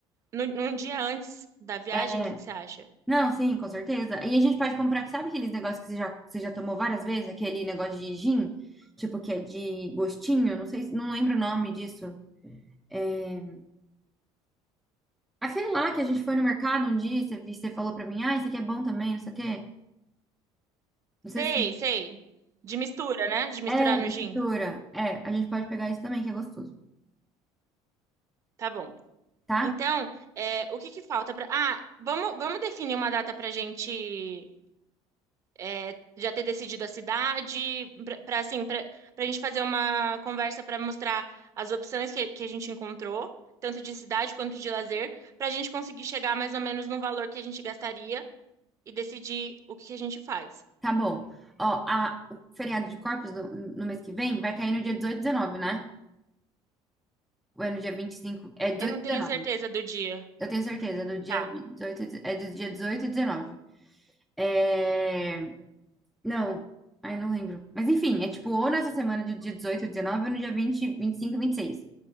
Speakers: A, on the right; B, in the centre.
A: num num dia antes da viagem,
B: É.
A: o que que você acha?
B: Não, sim, com certeza. E a gente pode comprar, que sabe aqueles negócios que você já, que você já tomou várias vezes? Aquele negócio de gin, tipo, que é de gostinho, não sei, se- não lembro o nome disso. É... Aquele lá que a gente foi no mercado um dia e você, você falou pra mim, ah, isso aqui é bom também, não sei o quê. Não sei
A: Sei,
B: se
A: sei. De mistura, né? De misturar
B: é
A: no
B: de
A: gin.
B: mistura. É, a gente pode pegar isso também, que é gostoso,
A: Tá bom.
B: tá?
A: Então, é, o que que falta pra. Ah, vamos, vamos definir uma data pra gente é, já ter decidido a cidade, pra, pra, assim, pra, pra gente fazer uma conversa pra mostrar as opções que, que a gente encontrou, tanto de cidade quanto de lazer, pra gente conseguir chegar mais ou menos no valor que a gente gastaria e decidir o que que a gente faz.
B: Tá bom. Ó, a, o feriado de Corpus no, no mês que vem vai cair no dia 18 e 19, né? Ou é no dia 25. É 18
A: Eu não tenho
B: e 19.
A: certeza do dia.
B: Eu tenho certeza, é do dia
A: Tá.
B: 18 e- é do dia 18 e 19. É... Não, aí não lembro. Mas enfim, é tipo ou nessa semana do dia 18, 19 ou no dia vinte, vinte e cinco, vinte e seis.